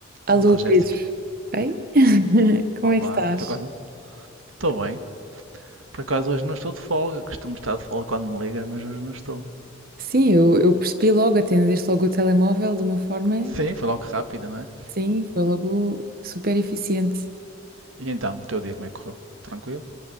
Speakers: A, on the right (about 45°); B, on the right (about 80°).
A: Alô,
B: Olá, Jéssica.
A: Pedro. Ei? <laughs> Como
B: Olá,
A: é que estás?
B: Por acaso, estou bem. Por acaso, hoje não estou de folga. Costumo estar de folga quando me ligas, mas hoje não estou.
A: Sim, eu, eu percebi logo, atendeste logo o telemóvel de uma forma,
B: sim, foi logo rápido, não é?
A: sim, foi logo super eficiente.
B: E então, o teu dia como é que correu? Tranquilo?